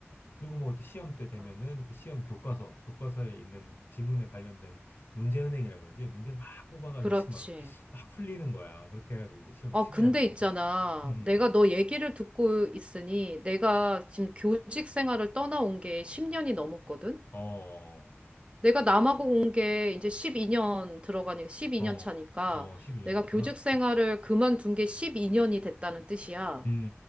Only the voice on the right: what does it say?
아,
그렇지.
어,
근데
있잖아.
내가 너 얘기를 듣고 있으니 내가 지금 교직 생활을 떠나온 게 10년이 넘었거든?
내가 남하고 온 게 이제 12년 들어가니까 12년
차니까
내가
교직 생활을
그만둔 게 12년이 됐다는 뜻이야.